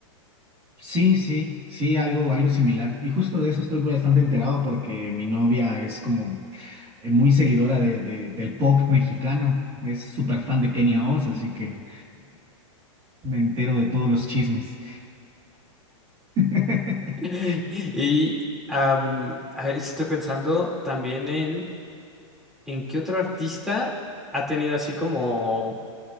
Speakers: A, on the right; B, in the centre.
A: Sí, sí, sí, algo, algo similar. Y justo de eso estoy bastante enterado porque mi novia es como eh, muy seguidora de, de- del pop mexicano. Es súper fan de Kenia Oz, así que me entero de todos los chismes. <laughs>
B: <laughs> Y am, a ver, estoy pensando también en, en qué otro artista ha tenido así como